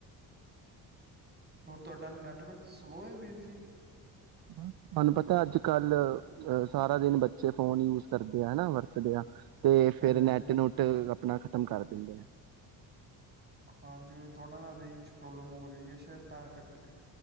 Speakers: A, on the right; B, on the right.
A: ਹੋਰ, ਤੁਹਾਡਾ ਨੈਟਵਰਕ ਸਲੋਅ ਹੈ, ਵੀਰ ਜੀ।
B: ਬ ਤੁਹਾਨੂੰ ਪਤਾ, ਅੱਜ ਕੱਲ੍ਹ ਅਹ ਸਾਰਾ ਦਿਨ ਬੱਚੇ ਫੋਨ ਯੂਜ ਕਰਦੇ ਆ ਹਨਾ ਵਰਤਦੇ ਆ। ਤੇ
A: ਹਾਂਜੀ
B: ਫੇਰ ਨੈਟ-
A: ਹਾਂਜੀ
B: ਨੂੱਟ ਆਪਣਾ ਖ਼ਤਮ ਕਰ ਦਿੰਦੇ ਆ।
A: ਹਾਂਜੀ, ਥੋੜ੍ਹਾ ਨਾ ਰੇਂਜ ਪ੍ਰੋਬਲਮ ਹੋ ਰਹੀ ਹੈ, ਸ਼ਾਇਦ ਤਾਂ ਕਰਕੇ।